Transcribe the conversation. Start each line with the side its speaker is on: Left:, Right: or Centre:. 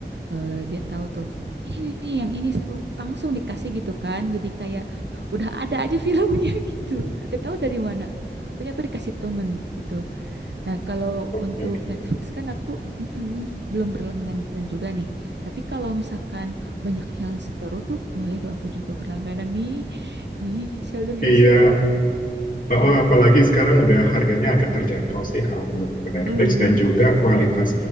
Right: Eh, dia tahu tuh, ini nih yang ini seru, langsung dikasih gitu kan, jadi kayak udah ada aja filmnya <laughs> gitu, gak tahu dari mana. Pokoknya aku dikasih temen gitu. Nah, kalau untuk
Left: Oke.
Right: Netflix kan aku mm-mm, belum berlangganan juga nih. Tapi kalau misalkan banyak yang seru tuh, boleh tuh aku juga berlangganan nih. Ih, Sheldon
Left: Iya.
Right: ini seru banget.
Left: Oh, apalagi sekarang udah harganya agak terjangkau sih kalau menurutku Netflix
Right: Oh.
Left: dan juga kualitas